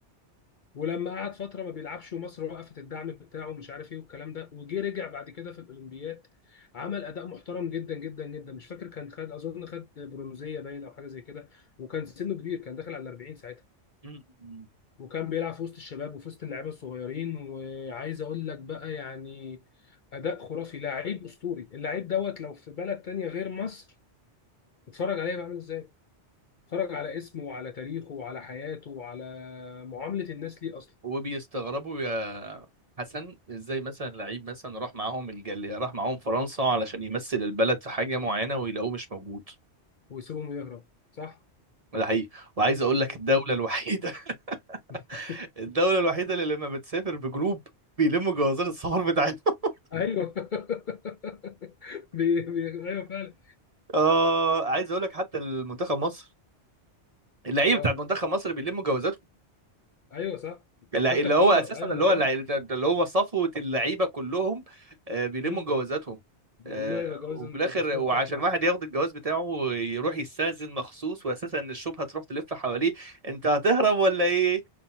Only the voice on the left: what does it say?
ولما قعد فترة ما بيلعبش ومصر وقفت الدعم بتاعه ومش عارف ايه والكلام ده وجي رجع بعد كده في الاولمبياد عمل اداء محترم جدا جدا جدا مش فاكر كان خد اظن خد برونزية باين او حاجة زي كده وكان سنه كبير كان داخل على 40 ساعتها
وكان بيلعب في وسط الشباب وفي وسط اللعيبه الصغيرين وعايز اقول لك بقى يعني اداء خرافي لعيب اسطوري اللعيب دوت لو في بلد تانية غير مصر اتفرج عليه بقى عامل ازاي اتفرج على اسمه وعلى تاريخه وعلى حياته وعلى معامله الناس ليه اصلا
ويسيبهم يهرب صح
مم.
<laughs>
ايوه <laughs> بي... بي... ايوه فعلا
اه
ايوه صح
حتى
الكوره
ايوه
انا
فاهم
مم.
ممنوع
يبقى جواز
الباسبور
بتاعك معاك